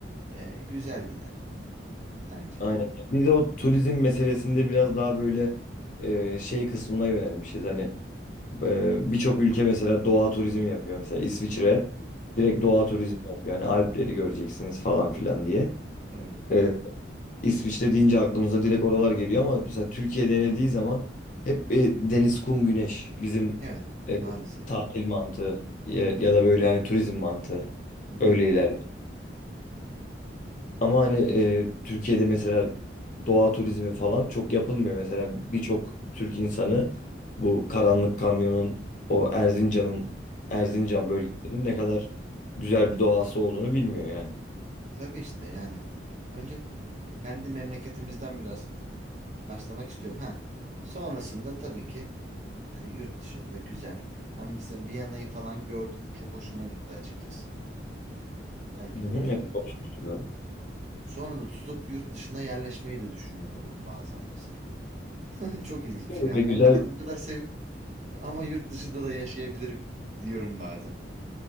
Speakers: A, on the right; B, on the left.
A: E, güzel gider bence.
B: Aynen. Biz o turizm meselesinde biraz daha böyle e, şey kısmına yönelmişiz. Hani e, birçok ülke mesela doğa turizmi yapıyor. Mesela İsviçre
A: Hı hı,
B: direkt
A: hı hı.
B: doğa turizmi yapıyor. Yani Alpleri göreceksiniz falan filan diye.
A: Evet.
B: E, İsviçre deyince aklımıza direkt oralar geliyor ama mesela Türkiye denildiği zaman hep e, deniz, kum, güneş bizim
A: Evet.
B: e,
A: Maalesef.
B: tatil mantığı ya, ya da böyle hani turizm mantığı
A: Hı hı.
B: öyle ilerliyor. Ama hani e, Türkiye'de mesela doğa turizmi falan çok yapılmıyor. Mesela birçok Türk insanı bu Karanlık Kanyon'un o Erzincan'ın Erzincan
A: hı
B: bölgesinin ne kadar güzel bir doğası olduğunu bilmiyor yani.
A: Tabii işte yani. Önce kendi memleketimizden biraz başlamak istiyorum. Ha. Sonrasında tabii ki yani yurt dışında güzel. Ben mesela Viyana'yı falan gördüm. Çok hoşuma gitti açıkçası. Belki
B: Hı hı,
A: böyle
B: evet, konuşmuştuk abi.
A: sonra da tutup yurt dışına yerleşmeyi de düşünüyor oluyorum bazen mesela. <laughs> Çok ilginç bir
B: Böyle
A: şey. Yani memleketi
B: güzel
A: bu kadar sevip ama yurt dışında da yaşayabilirim diyorum bazen.